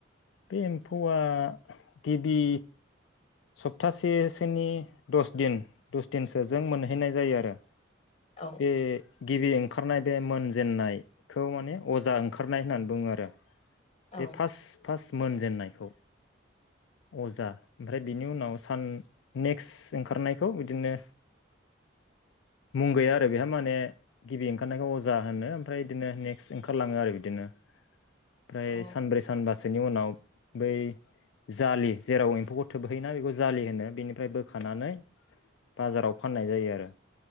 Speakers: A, on the left; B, on the left.
A: बे एम्फौआ गिबि सप्तासेसोनि दस दिन दस दिनसो जों मोनहैनाय जायो आरो।
B: औ
A: बे गिबि ओंखारनाय बे मोनजेन्नायखौ माने अजा ओंखारनाय होननानै बुङो आरो। बे
B: औ
A: फास्ट फास्ट मोन जेननायखौ अजा ओमफ्राय बिनि उनाव सान नेक्स्ट ओंखारनायखौ बिदिनो मुंगैया आरो बेहा माने गिबि ओंखारनायखौ अजा होनो ओमफ्राय बिदिनो नेक्स्ट ओंखारलाङो आरो बिदिनो। ओमफ्राय
B: औ
A: सानब्रै सानबासो बेनि उनाव बै जालि जेराव एम्फौखौ थोबहैयोना बेखौ जालि होनो बेनिफ्राय बोखानानै बाजाराव फाननाय जायो आरो।